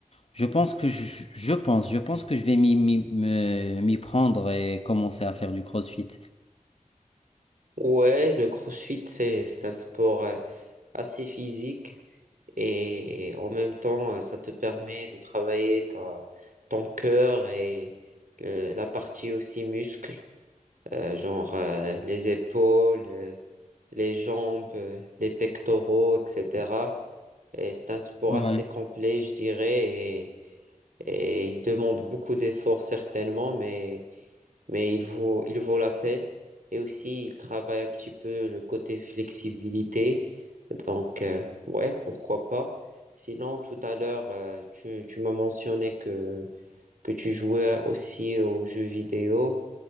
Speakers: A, on the left; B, on the right.
A: je pense que je, je pense, je pense que je vais m'y m'y- me- m'y prendre et commencer à faire du CrossFit.
B: Ouais, le CrossFit, c'est c'est un sport euh, assez physique. et en même temps, euh, ça te permet de travailler ta- ton cœur et le- la partie aussi muscle, euh, genre euh, les épaules, euh, les jambes, euh, les pectoraux, etc. Et c'est un sport
A: Ouais,
B: assez complet, je dirais, et, et il demande beaucoup d'efforts certainement, mais mais il vaut, il vaut la peine. Et aussi, il travaille un petit peu le côté flexibilité. Donc, euh, ouais, pourquoi pas. Sinon, tout à l'heure, euh, tu, tu m'as mentionné que, que tu jouais aussi aux jeux vidéo.